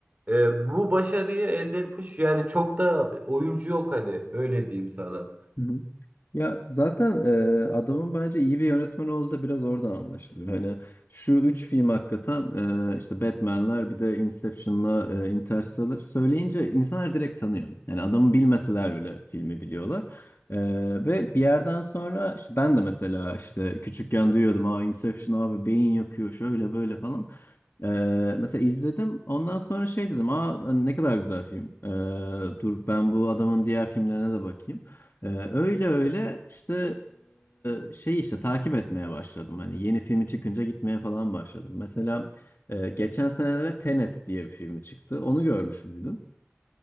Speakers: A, on the right; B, on the left.
A: e, bu başarıyı elde etmiş yani çok da oyuncu yok hani öyle diyeyim sana.
B: Hı hı. Ya zaten e, adamın bence iyi bir yönetmen olduğu da biraz oradan anlaşılıyor. Hani şu üç film hakikaten e, işte Batman'ler bir de Inception'la e, Interstellar söyleyince insanlar direkt tanıyor. Yani adamı bilmeseler bile filmi biliyorlar. E, ve bir yerden sonra işte ben de mesela işte küçükken duyuyordum. Aa Inception abi beyin yakıyor şöyle böyle falan. E, mesela izledim. Ondan sonra şey dedim. Aa hani ne kadar güzel film. E, dur ben bu adamın diğer filmlerine de bakayım. Ee, öyle öyle işte eee, şey işte takip etmeye başladım. Hani yeni filmi çıkınca gitmeye falan başladım. Mesela eee, geçen senelerde Tenet diye bir filmi çıktı. Onu görmüş müydün?